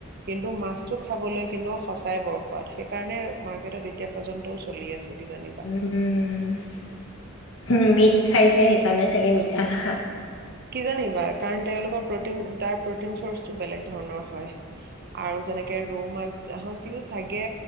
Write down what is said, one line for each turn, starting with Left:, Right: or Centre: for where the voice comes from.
Right: কিন্তু মাছটো খাবলৈ কিন্তু সঁচাই বৰসোৱাত সেইকাৰণে মাৰ্কেটত এতিয়া পৰ্যন্তও চলি আছে কিজানিবা
Left: উম মিক খাইছে সেইকাৰণে চাগে মিঠা হাঃ
Right: কি জানিবা কাৰণ তেওঁলোকৰ প্ৰটিন তাৰ প্ৰটিন চ'ৰ্চটো বেলেগ ধৰণৰ হয় আৰু যেনেকে ৰৌ মাছ তাহাঁতিও চাগে